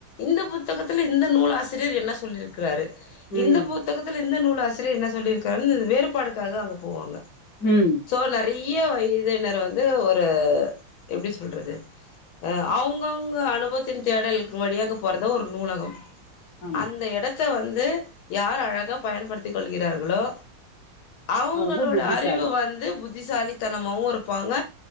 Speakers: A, on the left (about 80°); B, on the left (about 55°).
A: இந்த புத்தகத்துல இந்த நூலாசிரியர் என்ன சொல்லிருக்குறாரு
B: ம்
A: இந்த பு த்தகத்துல இந்த நூலாசிரியர் என்ன சொல்லிருக்காருனு வேறுபாடுக்காக அங்க போவாங்க
B: ம்
A: சோ நெறைய்ய வ இதேநேரொ வந்து ஒரு எப்டி சொல்றது அ அவுங்கவுங்க அனுபவத்தின் தேடல்க்கு வழியாக போறதா ஒரு நூலகம்
B: ஆமா.
A: அந்த இடத்த வந்து யார் அழகா பயன்படுத்திக் கொள்கிறார்களோ அவுங்களோட
B: அவங்க புத்திசாலி.
A: அறிவு வந்து புத் புத்திசாலித்தனமாவு இருப்பாங்க